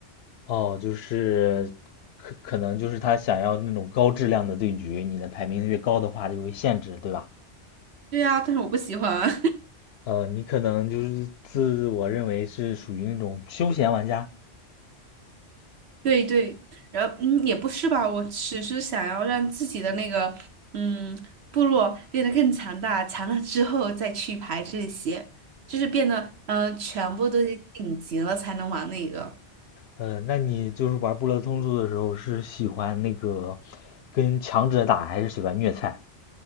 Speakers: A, on the left; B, on the right.
A: 哦，就是可可能就是他想要那种高质量的对局，你的排名越高的话就会限制，对吧？
B: 对啊，但是我不喜欢。
A: 呃，你可能就是自我认为是属于那种休闲玩家。
B: 对对，然后嗯，也不是吧，我只是想要让自己的那个嗯部落变得更强大，强大之后再去排这些，就是变得嗯、呃全部都得顶级了才能玩那个。
A: 呃，那你就是玩《部落冲突的时候，是喜欢那个跟强者打，还是喜欢虐菜？